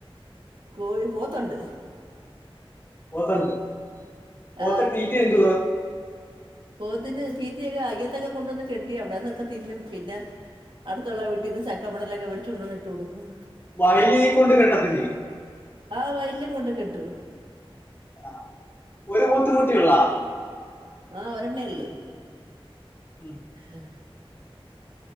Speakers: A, on the right; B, on the left.
A: കോഴി പോത്തണ്ട്
B: പോത്തണ്ട് പോത്തിന്
A: ആ
B: തീറ്റി എന്തുവ
A: പോത്തിന് തീറ്റയൊക്കെ അയ്യത്തൊക്കെ കൊണ്ടുവന്ന് കെട്ടി അവടെന്നൊക്കെ തിന്നും പിന്നെ അടുത്തുള്ള വീട്ടിന്ന് ചക്കമടലൊക്കെ മേടിച്ചുണ്ടന്ന് ഇട്ട് കൊടുക്കും
B: വയലി കൊണ്ട് കെട്ടത്തില്ലേ
A: ആഹ് വയലിലും കൊണ്ട് കെട്ടും
B: ആഹ് ഒരു പോത്ത്‌കുട്ടിയുള്ളാ
A: ആഹ് ഒരെണ്ണെ ഉള്ള്
B: ഉം
A: എഹ്